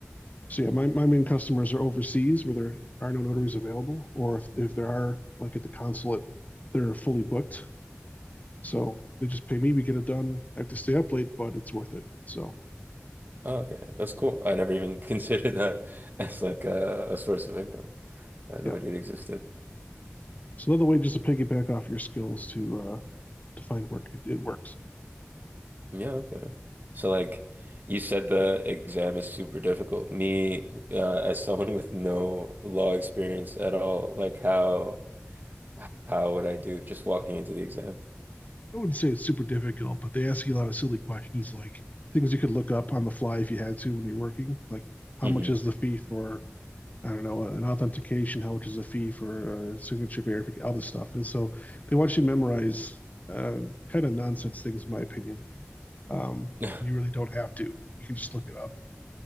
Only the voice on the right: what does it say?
Oh, okay. That's cool. I never even <laughs> considered that as like a, a source of income. I had
no idea it existed.
Yeah, okay. So like you said the exam is super difficult. Me, uh, as someone with no law experience at all, like how how would I do just walking into the exam?
hmm
<laughs>